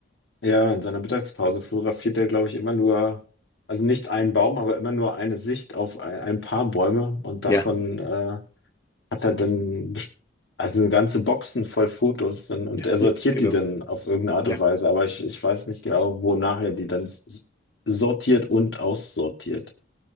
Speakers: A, on the left; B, on the left.
A: Ja, in seiner Mittagspause fotografiert er, glaube ich, immer nur, also nicht einen Baum, aber immer nur eine Sicht auf ein, ein paar Bäume und
B: Ja,
A: davon äh, hat er dann best- also eine ganze Boxen voll Fotos dann, und
B: ja,
A: er sortiert
B: ja, genau.
A: die dann auf irgendeine
B: Ja,
A: Art und Weise, aber ich, ich weiß nicht genau, wonach er die dann s- s- sortiert und aussortiert.